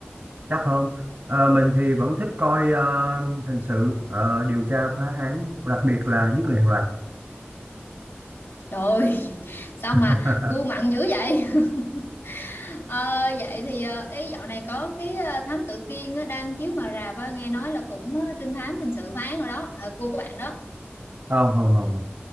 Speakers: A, on the right; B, on the left.
A: Chắc không? Ờ, mình thì vẫn thích coi ờ, hình sự, ờ, điều tra phá án, đặc biệt là giết người hàng loạt.
B: trời ơi <laughs> sao mà
A: <laughs>
B: gu mặn dữ vậy <laughs> Ờ, vậy thì ờ, ý dạo này có cái ờ, thám tử Kiên á, đang chiếu ngoài rạp á, nghe nói là cũng ờ, trinh thám hình sự phán rồi đó hợp gu của bạn đó
A: Không, không, không.